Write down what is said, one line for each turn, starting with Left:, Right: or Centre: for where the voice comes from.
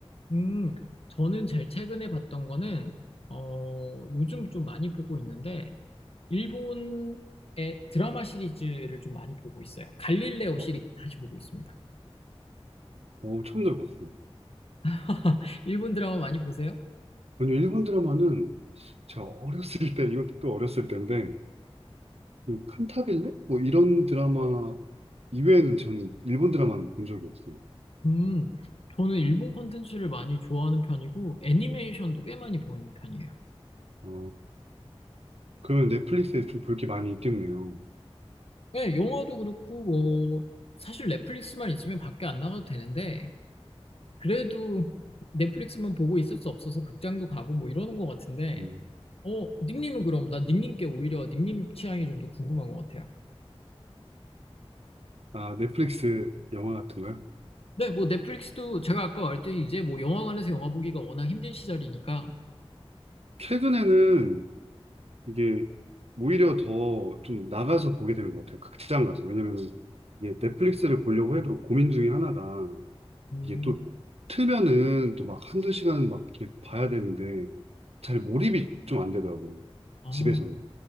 Left: 음, 저는 제일 최근에 봤던 거는, 어, 요즘 좀 많이 보고 있는데, 일본의 드라마 시리즈를 좀 많이 보고 있어요. 갈릴레오
Right: 어,
Left: 시리즈 다시 보고 있습니다.
Right: 어, 처음 들어봤어요.
Left: <laughs> 일본 드라마 많이 보세요?
Right: 먼저 일본 드라마는 제가 어렸을 때, 이것도 어렸을 때인데, 그 칸타빌레? 뭐 이런 드라마 이외에는 저는 일본 드라마는 본 적이 없어요.
Left: 음, 저는 일본 콘텐츠를 많이 좋아하는 편이고, 애니메이션도 꽤 많이 보는 편이에요.
Right: 어, 그러면 넷플릭스에 좀 볼 게 많이 있겠네요.
Left: 네, 영화도 그렇고, 뭐, 사실 넷플릭스만 있으면 밖에 안 나가도 되는데, 그래도 넷플릭스만 보고 있을 수 없어서 극장도 가고 뭐 이러는 것 같은데,
Right: 음,
Left: 어, 닉님은 그럼 나 닉님께 오히려 닉님 취향이 좀 더 궁금한 것 같아요.
Right: 아, 넷플릭스 영화 같은 거요?
Left: 네, 뭐 넷플릭스도 제가 아까 말했듯이 이제 뭐 영화관에서 영화 보기가 워낙 힘든 시절이니까,
Right: 최근에는 이게 오히려 더 좀 나가서 보게 되는 것 같아요. 극장 가서. 왜냐면은 이게 넷플릭스를 보려고 해도 고민 중에 하나가
Left: 음,
Right: 이게 또 틀면은 또 막 한두 시간 막 이렇게 봐야 되는데 잘 몰입이 좀 안 되더라고요.
Left: 아,
Right: 집에서는.